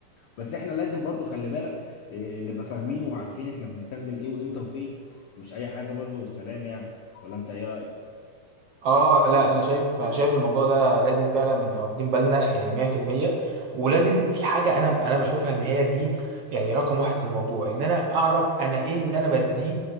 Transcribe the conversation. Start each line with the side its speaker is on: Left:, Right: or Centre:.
Left: بس احنا لازم برضو خلي بالك إيه نبقى فاهمين وعارفين احنا بنستخدم ايه وامتى وفين مش اي حاجة برضو والسلام يعني ولا انت ايه رأيك
Right: اه لا انا شايف انا شايف الموضوع ده لازم فعلا نبقى واخدين بالنا يعني 100% ولازم في حاجه انا انا بشوفها ان هي دي يعني رقم واحد في الموضوع ان انا اعرف انا ايه اللي انا بديه